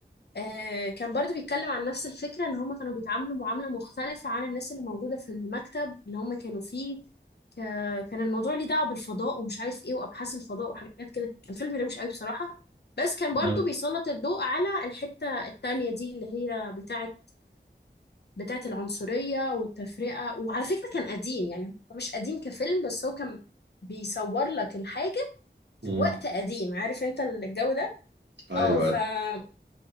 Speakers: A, on the left; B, on the right.
A: آه كان برضو بيتكلم عن نفس الفكرة ان هم كانوا بيتعاملوا معاملة مختلفة عن الناس اللي موجودة في المكتب اللي هم كانوا فيه ك- كان الموضوع ليه دعوة بالفضاء ومش عارف ايه وابحاث الفضاء وحاجات كده كان فيلم روش قوي بصراحة بس كان برضو
B: مم،
A: بيسلط الضوء على الحتة التانية دي اللي هي بتاعة بتاعة العنصرية والتفرقة وعلى فكرة كان قديم يعني هو مش قديم كفيلم بس هو كان بيصور لك الحاجة في
B: مم،
A: وقت قديم عارف انت الجو ده
B: ايوه
A: اه فكان